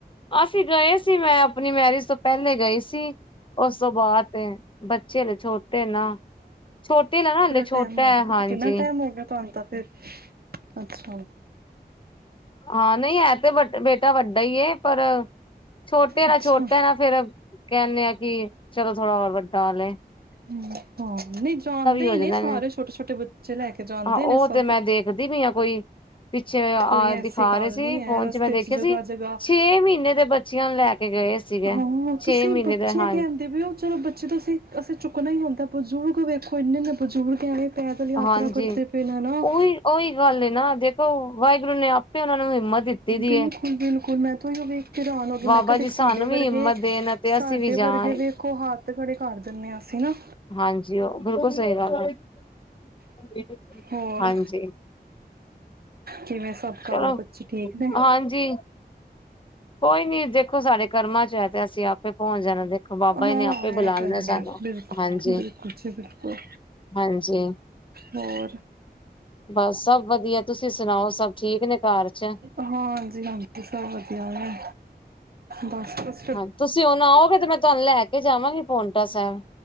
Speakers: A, on the left; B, on the right.
A: ਅਸੀਂ ਗਏ ਸੀ ਮੈਂ ਆਪਣੀ ਮੈਰਿਜ ਤੋਂ ਪਹਿਲੇ ਗਈ ਸੀ ਉਸ ਤੋਂ ਬਾਅਦ ਤੇ ਬੱਚੇ ਹਲੇ ਛੋਟੇ ਨਾ, ਛੋਟੇ ਨਾ ਨਾ ਹਲੇ ਛੋਟਾ
B: ਟੈਮ ਹੋ
A: ਹੈ
B: ਗਿਆ,
A: ਹਾਂਜੀ।
B: ਕਿੰਨਾ ਟੈਮ ਹੋ ਗਿਆ ਤੁਹਾਨੂੰ ਤਾਂ ਫਿਰ, ਅੱਛਾ
A: ਹਾਂ ਨਹੀਂ ਹੈ ਤੇ ਬ ਬੇਟਾ ਵੱਡਾ ਹੀ ਏ ਪਰ ਛੋਟੇ ਦਾ
B: ਅੱਛਾ
A: ਛੋਟਾ ਨਾ ਫੇਰ ਕਹਿੰਦੇ ਆ ਕਿ ਚਲੋ ਥੋੜਾ ਹੋਰ ਵੱਡਾ ਹੋ ਲਏ
B: ਹੂੰ ਹਾਂ ਨਹੀਂ ਜਾਂਦੇ
A: ਹੋ
B: ਹੀ
A: ਜਾਂਦਾ
B: ਨੇ ਸਾਰੇ, ਛੋਟੇ -ਛੋਟੇ ਬੱਚੇ ਲੈ ਕੇ ਜਾਂਦੇ
A: ਹਾਂ ਉਹ
B: ਨੇ ਸਭ
A: ਤੇ ਮੈਂ ਦੇਖਦੀ ਪਈ ਆ ਕੋਈ ਪਿੱਛੇ ਆ
B: ਕੋਈ ਐਸੀ
A: ਦਿਖਾ
B: ਗੱਲ
A: ਰਹੇ ਸੀ,
B: ਨਹੀਂ
A: ਫੋਨ
B: ਹੈ ਰਸਤੇ
A: ਚ ਮੈਂ ਦੇਖਿਆ
B: ਜਗ੍ਹਾ
A: ਸੀ,
B: ਜਗ੍ਹਾ
A: ਛੇ ਮਹੀਨੇ ਦੇ ਬੱਚਿਆਂ ਨੂੰ ਲੈ ਕੇ ਗਏ ਸੀਗੇ
B: ਹਾਂ
A: ਛੇ
B: ਤੁਸੀਂ
A: ਮਹੀਨੇ
B: ਬੱਚੇ
A: ਦੇ ਹਾਂ
B: ਕਹਿੰਦੇ ਪਏ ਹੋ ਚਲੋ ਬੱਚੇ ਤੁਸੀਂ ਅਸੀਂ ਚੁੱਕਣਾ ਹੀ ਹੁੰਦਾ ਪਰ ਜੋ, ਬਜ਼ੁਰਗ ਵੇਖੋ ਇੰਨੇ -ਇੰਨੇ ਬਜ਼ੁਰਗ ਐਵੇਂ ਪੈਦਲ ਯਾਤਰਾ
A: ਹਾਂਜੀ
B: ਕਰਦੇ ਪਏ ਨੇ ਨਾ ਹਾਂ
A: ਉਹੀ ਉਹੀ ਗੱਲ ਏ ਨਾ ਦੇਖੋ ਵਾਹਿਗੁਰੂ ਨੇ ਆਪੇ ਉਹਨਾਂ ਨੂੰ ਹਿੰਮਤ ਦਿੱਤੀ ਦੀ
B: ਬਿਲਕੁਲ
A: ਏ।
B: -ਬਿਲਕੁਲ ਮੈਂ ਤੋਂ ਓਹੀਓ ਵੇਖ ਹੈਰਾਨ ਹੋ ਗਈ,
A: ਬਾਬਾ
B: ਮੈਂ ਕਿਹਾ
A: ਜੀ
B: ਦੇ
A: ਸਾਨੂੰ
B: ਸਾਡੇ
A: ਵੀ
B: ਵਰਗੇ-
A: ਹਿੰਮਤ ਦੇਣ ਅਤੇ
B: ਸਾਡੇ
A: ਅਸੀਂ ਵੀ ਜਾ
B: ਵਰਗੇ
A: ਆਏ।
B: ਵੇਖੋ ਹੱਥ ਖੜੇ ਕਰ ਦਿੰਦੇ ਹਾਂ। ਸੀ ਨਾ
A: ਹਾਂਜੀ, ਉਹ ਬਿਲਕੁਲ ਸਹੀ ਗੱਲ ਏ
B: ਹੋਰ
A: ਹਾਂਜੀ।
B: ਕਿਵੇਂ ਸਭ
A: ਚਲੋ
B: ਘਾਰ ਬੱਚੇ ਠੀਕ ਨੇ?
A: ਹਾਂਜੀ ਕੋਈ ਨੀ ਦੇਖੋ ਸਾਡੇ ਕਰਮਾਂ ਚ ਹੈ ਤੇ ਅਸੀਂ ਆਪੇ ਪਹੁੰਚ ਜਾਣਾ, ਦੇਖੋ ਬਾਬਾ
B: ਹਾਂ
A: ਜੀ ਨੇ ਆਪੇ
B: ਇਹ
A: ਬੁਲਾ
B: ਤਾਂ
A: ਲੈਣਾ
B: ਹੈ
A: ਸਾਨੂੰ।
B: ਬਿਲਕੁਲ
A: ਹਾਂਜੀ
B: -ਬਿਲਕੁਲ ਜੀ ਬਿਲਕੁਲ!
A: ਹਾਂਜੀ।
B: ਹੋਰ
A: ਬਸ ਸਭ ਵਧੀਆ, ਤੁਸੀਂ ਸੁਣਾਓ ਸਭ ਠੀਕ ਨੇ ਘਾਰ ਚ?
B: ਹਾਂਜੀ -ਹਾਂਜੀ ਸਭ ਵਧੀਆ ਨੇ, ਬਸ ਤੁਸੀਂ
A: ਹਾਂਜੀ ਤੁਸੀਂ ਹੁਣ ਆਓਗੇ ਤੇ ਮੈਂ ਤੁਹਾਨੂੰ ਲੈ ਕੇ ਜਾਵਾਂਗੀ ਪੋਉਂਟਾ ਸਾਹਿਬ।